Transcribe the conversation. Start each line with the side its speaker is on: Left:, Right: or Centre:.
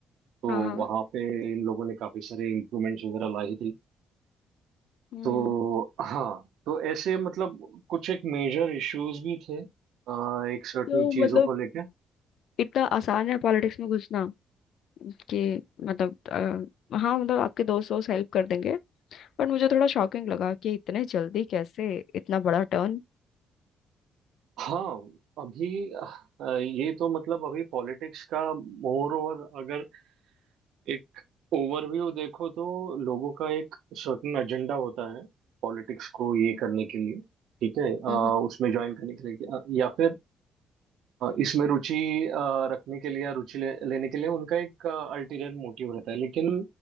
Right: तो
Left: हाँ हाँ
Right: वहाँ पे इन लोगों ने काफी सारे इम्प्रूवमेंट्स वगैरह लाई थी
Left: हम्म
Right: तो हाँ तो ऐसे मतलब कुछ एक मेजर इश्यूज भी थे अ, एक सर्टेन
Left: तो
Right: चीजों
Left: मतलब
Right: को लेके
Left: इतना आसान है पॉलिटिक्स में घुसना कि मतलब अ, हाँ मतलब आपके दोस्त दोस्त हेल्प कर देंगे पर मुझे थोड़ा शॉकिंग लगा कि इतने जल्दी कैसे इतना बड़ा टर्न
Right: हाँ अभी अ, ये तो मतलब अभी पॉलिटिक्स का मोर ओवर अगर एक ओवरव्यू देखो तो लोगों का एक सर्टेन एजेंडा होता है पॉलिटिक्स को ये
Left: हम्म
Right: करने के लिए ठीक है अ,
Left: हम्म, हम्म।
Right: उसमें ज्वाइन करने के लिए कि- अ, या फिर अ, इसमें रुचि अ, रखने के लिए या रुचि ले, लेने के लिए उनका एक अल्टीरियर मोटिव रहता है लेकिन